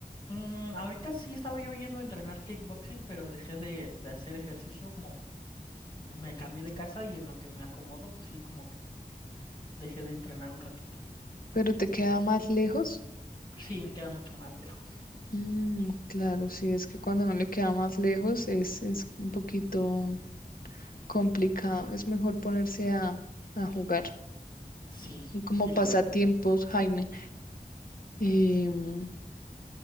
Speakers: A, on the left (about 30°); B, on the left (about 70°).
A: Mm, ahorita sí estaba yo yendo a entrenar kickboxing, pero dejé de, de hacer ejercicio como me cambié de casa y en lo que me acomodo, pues sí, como que dejé de entrenar un ratito.
B: ¿Pero te queda
A: Pero sí,
B: más lejos?
A: sí, me queda mucho más lejos.
B: Mm, claro, sí, es que cuando no le queda más lejos es, es un poquito complicado. Es mejor ponerse a, a jugar.
A: Sí,
B: Y como
A: sí,
B: pasatiempos,
A: la verdad.
B: Jaime. Em,
A: Pero sí,